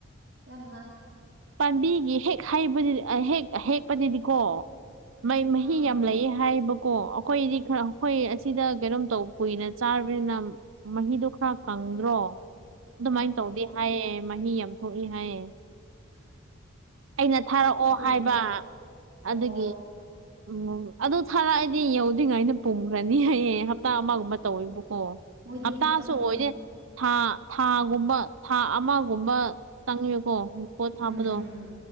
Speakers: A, on the right; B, on the right.
A: ꯌꯥꯝꯅ
B: ꯄꯥꯟꯕꯤꯒꯤ ꯍꯦꯛ ꯍꯩꯕ ꯍꯦꯛ ꯍꯦꯛꯄꯗꯨꯅꯤꯀꯣ ꯃꯩ ꯃꯍꯤ
A: ꯑꯥ
B: ꯌꯥꯝ ꯂꯩꯌꯦ ꯍꯥꯏꯕ ꯀꯣ ꯑꯩꯈꯣꯏꯗꯤ ꯈꯔ ꯑꯩꯈꯣꯏ ꯑꯁꯤꯗ ꯀꯩꯅꯣꯝ ꯇꯧ ꯀꯨꯏꯅ ꯆꯥꯔꯕꯅꯤꯅ ꯃꯍꯤꯗꯣ ꯈꯔ ꯀꯪꯗ꯭ꯔꯣ
A: ꯑꯩꯈꯣꯏꯗꯤ
B: ꯑꯗꯨꯃꯥꯏꯅ ꯇꯧꯗꯦ ꯍꯥꯏꯌꯦ ꯃꯍꯤ ꯌꯥꯝ ꯊꯣꯛꯏ ꯍꯥꯏꯌꯦ
A: <unintelligible>
B: ꯑꯩꯅ ꯊꯥꯔꯛꯑꯣ
A: ꯑꯗꯨꯒꯨꯝꯕ
B: ꯍꯥꯏꯕ ꯑꯗꯨꯒꯤ
A: ꯑꯣ
B: ꯎꯝ ꯑꯗꯨ ꯊꯥꯔꯛꯑꯗꯤ ꯌꯧꯗ꯭ꯔꯉꯥꯏꯗ ꯄꯨꯡꯈ꯭ꯔꯅꯤ ꯍꯥꯏꯌꯦꯡ ꯍꯞꯇꯥ ꯑꯃꯒꯨꯝꯕ ꯇꯧꯕꯀꯣ
A: ꯃꯣꯏꯗꯤ
B: ꯍꯞꯇꯥꯁꯨ
A: ꯍꯤꯗꯥꯛ ꯍꯥꯞꯂꯝꯒꯅꯤ
B: ꯑꯣꯏꯔꯦ ꯊꯥ ꯊꯥꯒꯨꯝꯕ ꯊꯥ ꯑꯃꯒꯨꯝꯕ ꯆꯪꯉꯦꯕꯀꯣ ꯄꯣꯠ ꯊꯥꯕꯗꯣ
A: ꯎꯝ